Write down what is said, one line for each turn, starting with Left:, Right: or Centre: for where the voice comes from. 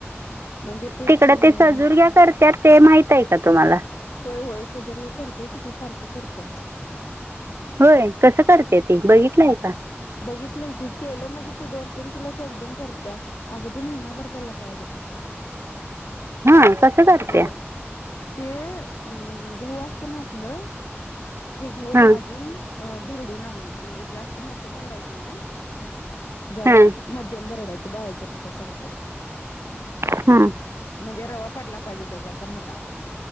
Left: म्हणज ते ते
Right: तिकडं
Left: म
Right: सजूरग्या करत्यात ते माहित आहे का तुम्हाला
Left: होय होय सुजर्ग करते की ते सारखं करत्या.
Right: होय कसं करत्या ते बघितलं हाय का?
Left: बघितलं की, केलं म्हणजे ती दोन तीन किलोची एकदम करत्या. अगदी महिनाभर त्याला काय होत नाय..
Right: हा कसं करत्या.
Left: होय ते अ गहु असते ना आपलं ते गहु
Right: हां
Left: भाजून अ भरडून आणायचं म्हणजे जास्त मोठं भरडायचं नाय हा जरा
Right: हां
Left: मध्यम भरडायचं डाळीच्या पिठासारखं
Right: हा
Left: म्हणजे रवा पडला पाहिजे त्याचा असा मोठा